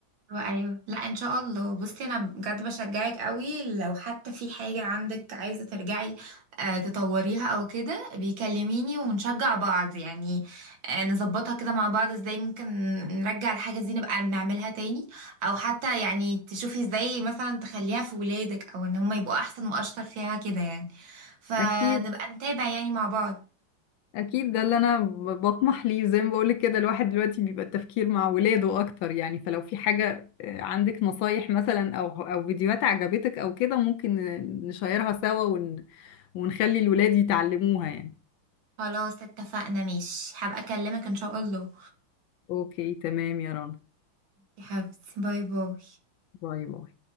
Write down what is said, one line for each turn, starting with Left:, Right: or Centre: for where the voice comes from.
Right: ايوه أيوة. لا ان شاء الله بصي انا بجد بشجعك قوي لو حتى في حاجه عندك عايزه ترجعي آه، تطوريها او كده بيكلميني ونشجع بعض يعني آه، نظبطها كده مع بعض ازاي ممكن نرجع الحاجه دي نبقى نعملها تاني او حتى يعني تشوفي ازاي مثلا تخليها في ولادك او ان هم يبقوا احسن واشطر فيها كده يعني فنبقى
Left: اكيد
Right: نتابع يعني مع بعض
Left: اكيد ده اللي انا ب- بطمح ليه زي ما بقولك كده الواحد دلوقتي بيبقى التفكير مع ولاده اكتر يعني فلو في حاجة آه، عندك نصايح مثلا او او فيديوهات عجبتك او كده ممكن ن- نشيرها سوا ون ونخلي الولاد يتعلموها يعني
Right: خلاص اتفقنا ماشي هبقى اكلمك ان شاء الله
Left: اوكي تمام يا رنا
Right: يا حبيبتي باي باي
Left: باي باي